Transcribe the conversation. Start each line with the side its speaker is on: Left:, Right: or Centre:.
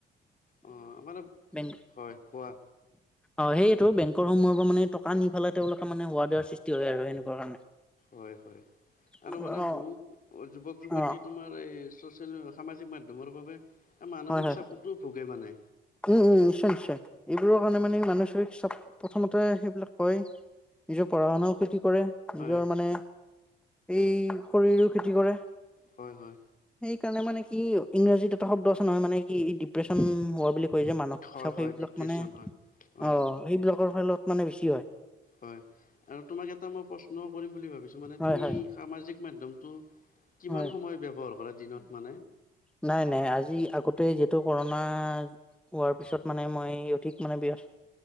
Left: অ মানে
Centre: বেংক
Left: হয় কোৱা
Centre: অ সেইয়েটো বেংকৰ সমূহৰ পৰা মানে টকা নি পেলাই তেওঁলোকে মানে ৱাৰ্ডাৰ সৃষ্টি হয় আৰু সেনেকুৱা কাৰণে
Left: হয় হয়
Centre: অ
Left: আৰু মানে বহু যুৱক যুৱতী
Centre: অ
Left: তোমাৰ ছচিয়েল সামাজিক মাধ্যমৰ বাবে মানসিক
Centre: হয় হয়
Left: চাপতো ভোগে মানে
Centre: উম উম নিশ্চয় নিশ্চয় এইবোৰৰ কাৰণে মানে মানসিক চাপ প্ৰথমতে সেইবিলাক হয় নিজৰ পঢ়া শুনাও ক্ষতি কৰে
Left: হয়
Centre: নিজৰ মানে এই শৰীৰৰো ক্ষতি কৰে
Left: হয় হয়
Centre: সেইকাৰণে মানে কি ইংৰাজীত এটা শব্দ নহয় মানে কি এই ডিপ্ৰেশচন হোৱা বুলি কয় যে মানসিক
Left: হয়
Centre: চাপ
Left: হয়
Centre: সেইবিলাক
Left: ডিপ্ৰেশ্যন
Centre: মানে
Left: হয় হয়
Centre: অ সেইবিলাকৰ ফলত মানে বেছি হয়
Left: হয় আৰু তোমাক এটা মই প্ৰশ্ন কৰিম বুলি ভাবিছো মানে
Centre: হয়
Left: তুমি
Centre: হয়
Left: সামাজিক মাধ্যমটো কিমান
Centre: হয়
Left: সময় ব্যৱহাৰ কৰা দিনত মানে
Centre: নাই নাই আজি আগতে যিহেতু কৰোণা হোৱাৰ পিছত মানে মই অধিক মানে ব্যৱ